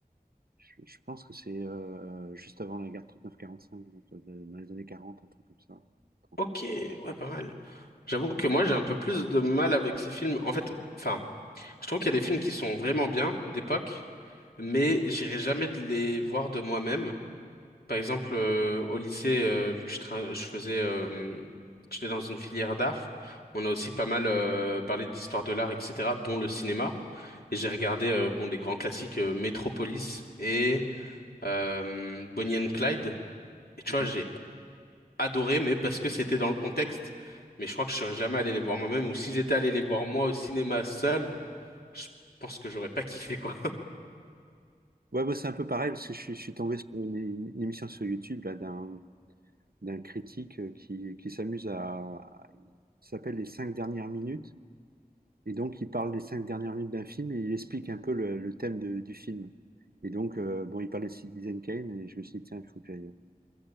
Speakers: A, on the right; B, on the left.
A: Je, je pense que c'est euh, juste avant la guerre de 39-45, donc euh, dans les années 40, un truc comme ça. trente.
B: Ok, ouais, pas mal. J'avoue que moi, j'ai un peu plus de mal avec ces films. En fait, enfin, je trouve qu'il y a des films qui sont vraiment bien, d'époque, mais j'irai jamais de les voir de moi-même. Par exemple, euh, au lycée, euh, vu que je, tra- je faisais, euh, j'étais dans une filière d'art, on a aussi pas mal euh, parlé d'histoire de l'art, etc., dont le cinéma. Et j'ai regardé euh, bon des grands classiques euh, Metropolis et euh, Bonnie and Clyde. Et tu
A: Ouais.
B: vois, j'ai adoré, mais parce que c'était dans le contexte. Mais je crois que je serais jamais allé les voir moi-même. Ou si j'étais allé les voir moi au cinéma seul, je pense que j'aurais pas kiffé quoi.
A: Ouais, moi c'est un peu pareil parce que je, suis je suis tombé sur une, une- émission sur YouTube là d'un d'un critique euh, qui, qui s'amuse à, à- il s'appelle les cinq dernières minutes et donc il parle des cinq dernières minutes d'un film et il explique un peu le, le thème de- du film. Et donc euh, bon, il parlait de Citizen Kane et je me suis dit tiens, il faut que j'aille.